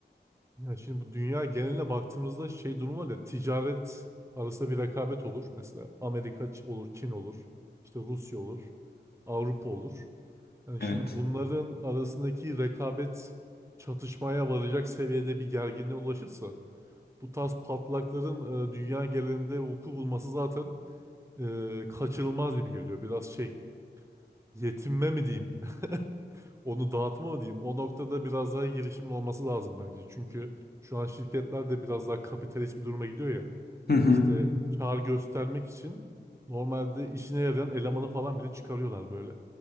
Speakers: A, on the right (about 15°); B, on the left (about 60°).
A: Ya şimdi bu dünya geneline baktığımızda şey durum var ya ticaret arasında bir rekabet olur. Mesela Amerika Ç- olur, Çin olur, işte Rusya olur, Avrupa olur. Yani
B: Evet.
A: şimdi bunların arasındaki rekabet çatışmaya varacak seviyede bir gerginliğe ulaşırsa bu tarz patlakların e, dünya genelinde vuku bulması zaten e, kaçınılmaz gibi geliyor. Biraz şey yetinme mi diyeyim? <laughs> onu dağıtma mı diyeyim. O noktada biraz daha girişimin olması lazım bence. Çünkü şu an şirketler de biraz daha kapitalist bir duruma gidiyor ya.
B: Hı hı.
A: İşte kar göstermek için normalde işine yarayan elemanı falan bile çıkarıyorlar böyle.